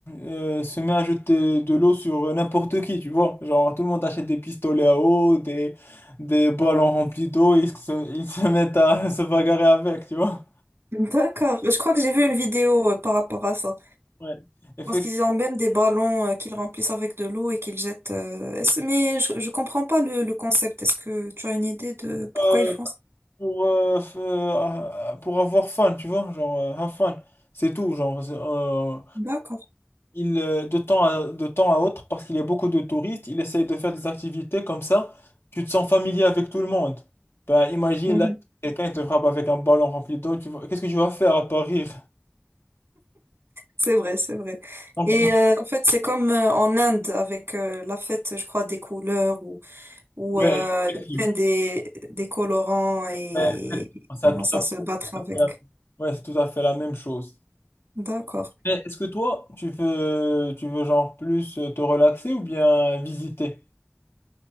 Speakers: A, on the left; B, on the right.
A: euh, se met à jeter de l'eau sur n'importe qui, tu vois. Genre, tout le monde achète des pistolets à eau, des, des ballons remplis d'eau, ils se, ils se mettent à <laughs> se bagarrer avec, tu vois.
B: <laughs> D'accord. Je crois que j'ai vu une vidéo euh, par rapport à ça.
A: Ouais. Effectivement,
B: pense qu'ils ont même des ballons euh, qu'ils remplissent avec de l'eau et qu'ils jettent. euh, est-ce- Mais je, je comprends pas le, le concept. Est-ce que tu as une idée de pourquoi
A: euh,
B: ils font ça?
A: pour, euh, f- euh, pour avoir fun, tu vois, genre, euh, have fun. C'est tout, genre. c'est, euh,
B: D'accord.
A: il, euh, de temps à, de temps à autre, parce qu'il y a beaucoup de touristes, il essaye de faire des activités comme ça, tu te sens familier avec tout le monde. Ben, imagine,
B: Mhm.
A: là, quelqu'un il te frappe avec un ballon rempli d'eau, tu vas- qu'est-ce que tu vas faire à part rire?
B: C'est vrai, c'est vrai.
A: Donc,
B: Et euh, en fait, c'est comme euh, en Inde avec euh, la fête, je crois, des couleurs ou ou
A: ouais,
B: euh,
A: effectivement,
B: ils prennent des des colorants et
A: ouais,
B: ils
A: ça,
B: commencent
A: tout
B: à
A: à fait
B: se battre avec.
A: la- ouais, c'est tout à fait la même chose.
B: D'accord.
A: Mais est-ce que toi, tu veux, tu veux genre plus euh, te relaxer ou bien visiter?